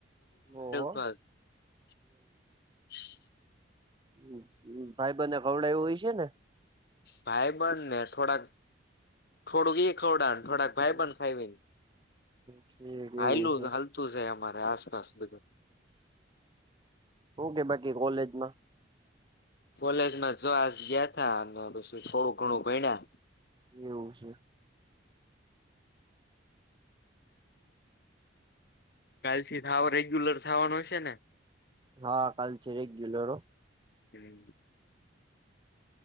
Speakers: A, on the right; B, on the left.
A: ઓહો
B: <unintelligible>
A: હ ભાઈ બંને ખવડાયું હશે ને
B: ભાઈ બંધને થોડાક થોડુંક એ ખવડાણ થોડાક ભાઈબંધ
A: હમ
B: ખાઈ
A: ઠીક એવું
B: હલું
A: છે
B: હલતું છે અમારે બસ રાસ તો
A: ઓ કે બાકી કોલેજમાં
B: કોલેજમાં જોવા ગયા તા અને પછી થોડું ઘણું ભણ્યા
A: એવું છે.
B: કાલથીત સાવ રેગ્યુલર થાવાનું હશે ને?
A: હા કાલ થી રેગ્યુલર હો
B: <inaudible>